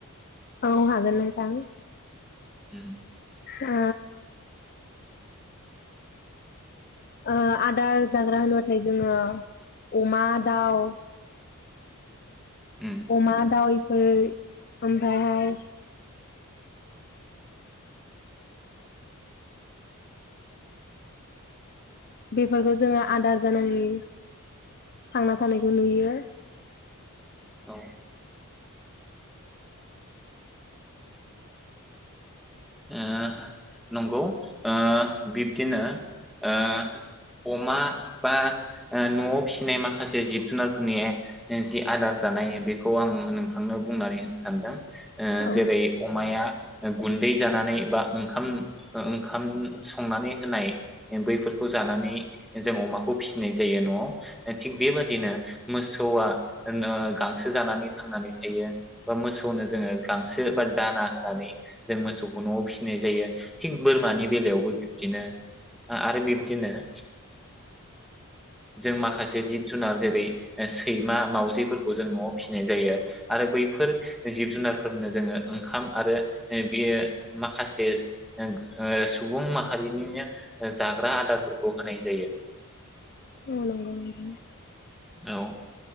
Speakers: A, on the left; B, in the centre.
A: औ हागोन नोंथां।
B: उम
A: ओ ओ आदार जाग्रा होनबाथाय जोङो अमा, दाउ
B: उम
A: अमा, दाव <unintelligible> ओमफायहाय बेफोरखौ जोङो आदार जानानै थांना थानायखौ नुयो।
B: औ ओ नंगौ ओ बिब्दिनो ओ अमा बा ओ नआव फिसिनाय माखासे जिब जुनारफोरनि ओ जि आदार जानाय बेखौ आं नोंथांनो बुंनानै होनो सानदों ओ
A: औ
B: जेबै अमाया, गुन्दै जानानै बा ओंखाम ओंखाम संनानै होनाय बैफोरखौ जानानै जों अमाखौ फिसिनाय जायो न'आव, थिग बेबादिनो, मोसौआ जोंनो गांसो जानानै थांनानै थायो बा मोसौनो जोङो गांसो बा दाना होनानै जों मोसौ, न'आव फिसिनाय जायो थिग बोरमानि बेलायावबो बिब्दिनो आरो बिब्दिनो ओ जों माखासे जिब जुनार जेरै ओ सैमा, मावजिफोरखौ जों न'आव फिसिनाय जायो आरो बैफोर जिब जुनारफोरनो जोङो ओंखाम आरो ओ बेयो माखासे ओ सुबुं माहारिनिनो ओ जाग्रा आदारफोरखौ होनाय जायो,
A: औ नंगौ नोंथां,
B: औ ओ